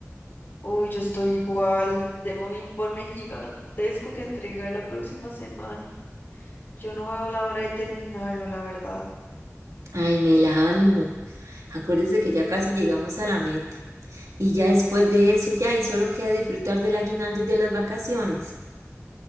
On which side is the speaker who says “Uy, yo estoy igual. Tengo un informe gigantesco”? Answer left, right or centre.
Left